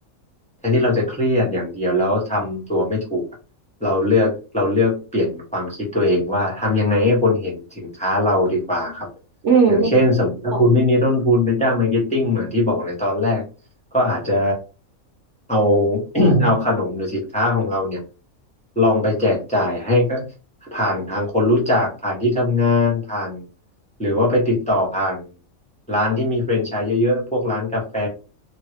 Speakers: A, in the centre; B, on the right.
A: แทนที่เราจะเครียดอย่างเดียวแล้วทำตัวไม่ถูกอะเราเลือกเราเลือกเปลี่ยนความคิดตัวเองว่าทำยังไงให้คนเห็นสินค้าเราดีกว่าครับ
B: <coughs> อืมอืม
A: อย่างเช่นสมมติถ้าคุณไม่มีต้นทุนไปจ้างมาร์เก็ตติ้งเหมือนที่บอกในตอนแรก
B: ค่ะ
A: ก็อาจจะเอา <coughs> <clears throat> เอาขนมหรือสินค้าของเราเนี่ยลองไปแจกจ่ายให้ก็ผ่านทางคนรู้จักผ่านที่ทำงานผ่านหรือว่าไปติดต่อผ่านร้านที่มีแฟรนไชส์เยอะๆพวกร้านกาแฟ